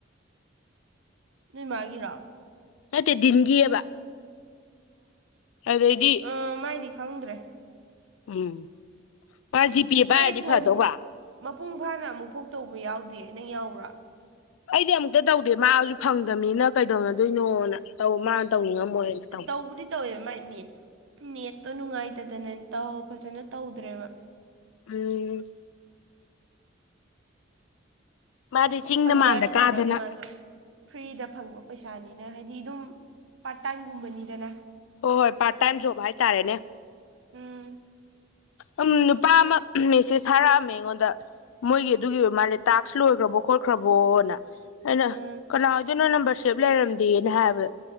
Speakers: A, on the right; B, on the left.
A: ꯅꯣꯏ ꯃꯥꯒꯤꯔꯣ
B: ꯅꯠꯇꯦ ꯗꯤꯟꯒꯤꯑꯕ ꯑꯗꯩꯗꯤ
A: ꯑ ꯃꯥꯏꯗꯤ ꯈꯪꯗ꯭ꯔꯦ
B: ꯎꯝ ꯃꯥ ꯖꯤ ꯄꯦ
A: ꯃꯥꯏ
B: ꯄꯥꯏꯔꯗꯤ
A: ꯐꯣꯟ
B: ꯐꯗꯧꯕ
A: ꯃꯄꯨꯡ ꯐꯥꯅ ꯑꯃꯨꯛꯐꯨꯛ ꯇꯧꯕ ꯌꯥꯎꯗꯦ ꯅꯪ ꯌꯥꯎꯕ꯭ꯔꯥ
B: ꯑꯩꯗꯤ ꯑꯃꯨꯛꯇ ꯇꯧꯗꯦ ꯃꯥꯖꯨ ꯐꯪꯗꯃꯤꯅ ꯀꯩꯗꯧꯅꯗꯣꯏꯅꯣꯅ ꯇꯧ ꯃꯥ ꯇꯧꯅꯤꯡꯉꯝꯃꯣꯏꯅ ꯇꯧꯗꯦ
A: ꯇꯧꯕꯨꯗꯤ ꯇꯧꯋꯦ ꯃꯥꯥꯏ ꯅꯦꯠ ꯅꯦꯠꯇꯣ ꯅꯨꯡꯉꯥꯏꯇꯗꯅ ꯇꯧ ꯐꯖꯅ ꯇꯧꯗ꯭ꯔꯦꯕ
B: ꯎꯝ ꯃꯥꯗꯤ ꯆꯤꯡꯗ
A: ꯐꯪꯖꯔꯗꯤ
B: ꯃꯥꯟꯗ
A: ꯐꯥꯗꯧꯅꯦ
B: ꯀꯥꯗꯅ
A: ꯃꯥꯖꯨ ꯐ꯭ꯔꯤꯗ ꯐꯪꯕ ꯄꯩꯁꯥꯅꯤꯅ ꯍꯥꯏꯗꯤ ꯑꯗꯨꯝ ꯄꯥꯔꯠ ꯇꯥꯏꯝꯒꯨꯝꯕꯅꯤꯗꯅ
B: ꯍꯣꯏ ꯍꯣꯏ ꯄꯥꯔꯠ ꯇꯥꯏꯝ ꯖꯣꯕ ꯍꯥꯏꯇꯥꯔꯦꯅꯦ
A: ꯎꯝ
B: ꯑꯝ ꯅꯨꯄꯥ ꯑꯃ ꯃꯦꯁꯦꯁ ꯊꯥꯔꯛꯑꯝꯃꯦ ꯑꯩꯉꯣꯟꯗ ꯃꯣꯏꯒꯤ ꯑꯗꯨꯒꯤ ꯑꯣꯏꯔ ꯃꯥꯜꯂꯦ ꯇꯥꯛꯁ ꯂꯣꯏꯒ꯭ꯔꯕꯣ ꯈꯣꯠꯒ꯭ꯔꯕꯣꯅ ꯑꯩꯅ
A: ꯑꯥ
B: ꯀꯅꯥ ꯑꯣꯏ ꯗꯨꯅꯣ ꯅꯝꯕꯔꯁꯦꯞ ꯂꯩꯔꯝꯗꯦꯅ ꯍꯥꯏꯕ